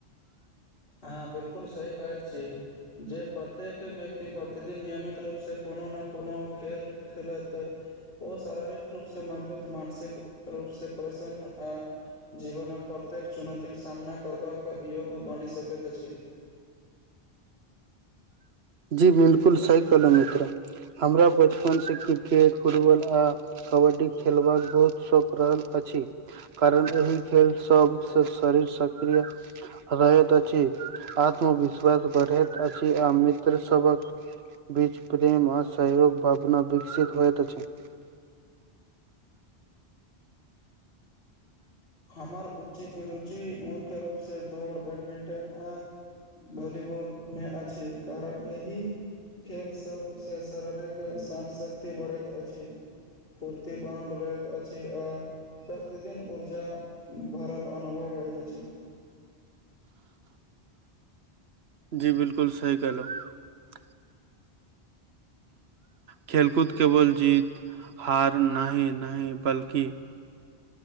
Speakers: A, on the left; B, on the right.
A: हँ बिलकुल सही कहैत छी जे प्रत्येक व्यक्ति प्रतिदिन नियमित रूप से को कोनो ने कोनो खेल खेलत ओ शारीरिक रूप से मजबूत मानसिक रूप से प्रसन्न आ जीवनक प्रत्येक चुनौती के सामना करबाक योग बनि सक त छी
B: जी बिलकुल सही कहलौ मित्र हमरा बचपन से क्रिकेट फुटबॉल आ कबड्डी खेलबाक बहुत शौक रहल अछि छी कारण एहि खेल सबसँ शरीर सक्रिय रहैत अछि आत्मविश्वास बढ़ैत अछि आ मित्र सबहक बीच प्रेम आ सहयोग भावना विकसित होइत छै
A: हमर उच्च रुचि मुख्य रूपसँ दौड़ बैडमिंटन आ भॉलीबॉल मे अछि कारण एहि खेल सभ सँ शारीरिक सान शक्ति बढ़ैत अछि फूर्ति बनल रहल अछि आ प्रत् तिदिन ऊर्जा भरल अनुभव होइत अछि
B: जी बिलकुल सही कहलहु खेलकूद केवल जीत हार नहि नहि बल्कि